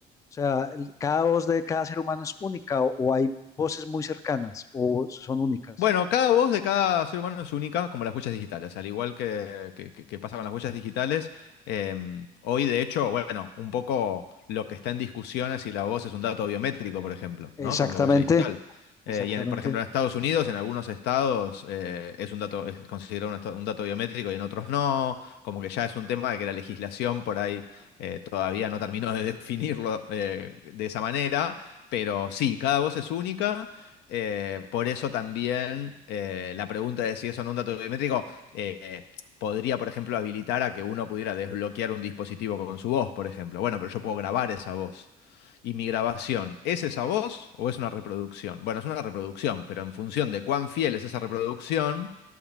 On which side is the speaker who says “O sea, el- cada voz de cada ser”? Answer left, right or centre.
Left